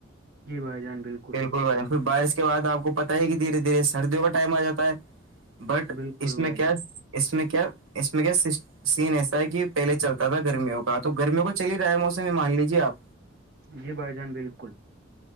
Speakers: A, on the right; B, on the right.
A: جی بھائی جان بالکل
B: ب پھر بارش کے بد آپ کو پت ہے کہ دھیرے دھیرے سردیوں کا ٹائم آ جا ہے بٹ
A: بالکل
B: اس
A: بھائی
B: میں کیا
A: جان
B: اس میں کیا اس میں کیا سین ایسا ہے کہ پہلے چلتا تھا گرمیوں کا تو گرمیوں کا چل ہی رہا ہے موسم مان لیجیے آپ
A: جی بھائی جان بالکل